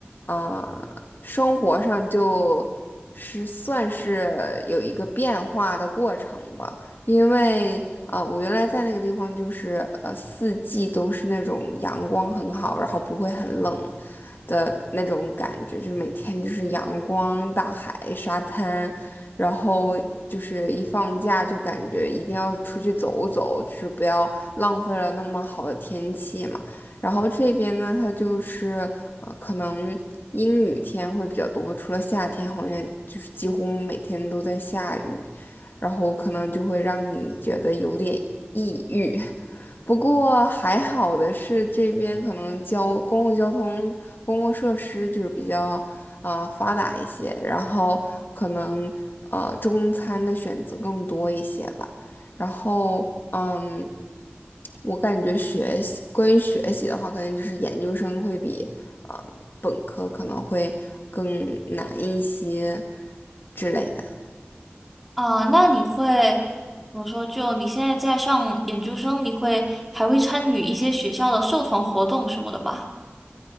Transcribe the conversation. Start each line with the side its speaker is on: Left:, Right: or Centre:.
Left: 啊，生活上就是算是有一个变化的过程吧，因为，呃，我原来在那个地方就是，呃，四季都是那种阳光很好，然后不会很冷的那种感觉，就是每天就是阳光、大海、沙滩。然后就是一放假就感觉一定要出去走走，就是不要浪费了那么好的天气嘛。然后这边呢，它就是呃，可能阴雨天会比较多，除了夏天，好像就是几乎每天都在下雨，然后可能就会让你觉得有点抑郁。<laughs> 不过还好的是，这边可能交公共交通、公共设施就是比较啊、呃发达一些，然后可能呃中餐的选择更多一些吧。然后嗯，我感觉学习关于学习的话，肯定就是研究生会比呃本科可能会更难一些之类的。
Centre: 啊，那你会怎么说？就你现在在上研究生，你会还会参与一些学校的社团活动什么的吗？